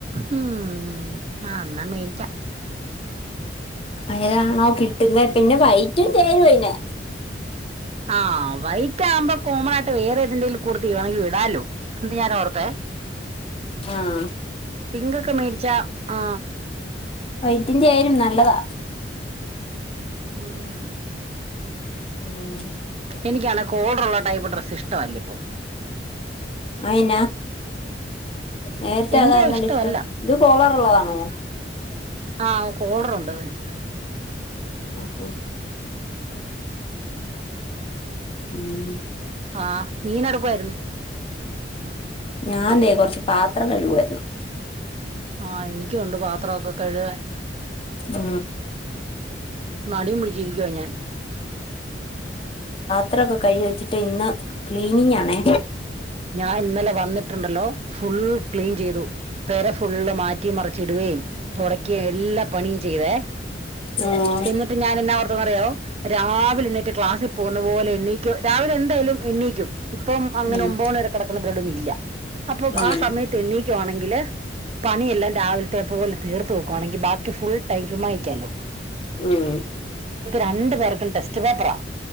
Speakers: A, on the right (about 35°); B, on the left (about 35°).
A: മ്മ് ആ ന്നാ മേടിക്കാ
B: ഏതാണാവോ കിട്ട്ന്നെ പിന്നെ വൈകി <unintelligible> ചേരുവയ്നെ
A: ആ വെയിറ്റ് ആകുമ്പോ കോമനായിട്ട് വേറെതിന്റേലും കൂട്ടത്തി ഇടാലോ ത ഞ ഓർത്തേ
B: ആഹ്
A: പിങ്കോക്കെ മേടിച്ച ആ
B: വൈറ്റും ചേരും നല്ലതാ
A: മ്മ്
B: മ്
A: എനിക്കാണേ കോളറുള്ള ടൈപ് ഡ്രസ്സ്‌ ഇഷ്ട്ടല്ല പ്പോ
B: അയെന്ന? നേരത്തെ
A: എന്തോ
B: അതായിരുന്നല്ലോ
A: ഇഷ്ടമല്ല
B: ഇഷ്ട്ടം ഇത് കോളർ ള്ളതാണോ?
A: ആ കോളറുണ്ട് തിന്
B: അ അ
A: ആ
B: ഉം
A: ആ മീനൊടുക്കുവായിരുന്നു.
B: ഞാൻ ദേ കൊറച്ച് പാത്രം കഴുകുവാരുന്നു
A: ആ എനിക്കുണ്ട് പാത്രൊക്കെ കഴുകൻ
B: ഉം
A: മടിയും പിടിച്ചീരിക്കുവാ ഞാൻ
B: ത്രൊക്കെ കഴികി വെച്ചിട്ട് ഇന്ന് ക്ലീനിങ്ങാണേ
A: ഞാൻ ഇന്നലെ വന്നിട്ടുണ്ടല്ലോ ഫുൾ ക്ലീൻ ചെയ്തു പെര ഫുള്ള് മാറ്റി മറിച്ചിടുകയും തൊട ക്കെം എല്ലാ പണിയും ചെയ്‌ വേ
B: ഉം
A: എന്നിട്ട് ഞാനെന്നാ ഒ ന്തന്നറിയോ രാവിലെ എണീറ്റ് ക്ലാസ്സിൽ പോവുന്ന പോലെ എണ്ണീക്കും രാവിലെ എന്തായാലും എണ്ണീക്കും ഇപ്പം അങ്ങനെ
B: ഉം
A: ഒമ് കെടക്ക്ണ ബ്രഡൊന്നു ഇല്ല അപ്പൊ
B: ഉം
A: ആ സമയത്ത് എണ്ണീക്കുവാണെങ്കില് പണിയെല്ലാം രാവിലത്തെ പോല് തീർത്ത് വെക്കുവാണെങ്കി ബാക്കി ഫുൾ ടൈം ചുമ്മായിരിക്കാലോ
B: ഉം
A: രണ്ടു പേർക്കും ടെസ്റ്റ് പേപ്പറാ